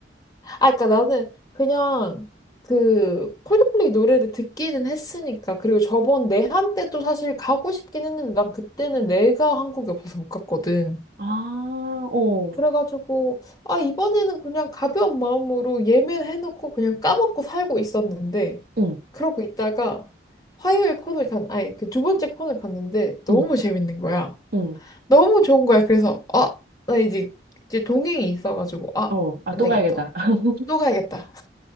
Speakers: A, on the left; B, on the right.
A: 아, 그러니까 나는 그냥 그 콜드플레이 노래를 듣기는 했으니까 그리고 저번 내한 때도 사실 가고 싶긴 했는데 난 그때는 내가 한국에 없어서 못 갔거든.
B: 아, 오,
A: 그래가지고, 아, 이번에는 그냥 가벼운 마음으로 예매해놓고 그냥 까먹고 살고 있었는데,
B: 응,
A: 그러고 있다가 화요일 코너를 간, 아니, 그 두 번째 코너를 갔는데 너무
B: 응,
A: 재밌는 거야.
B: 응.
A: 너무 좋은 거야. 그래서, 아, 나 이제, 이제 동행이 있어가지고, 아,
B: 어, 아,
A: 안
B: 또
A: 되겠다.
B: 가야겠다. <laughs>
A: 또 가야겠다.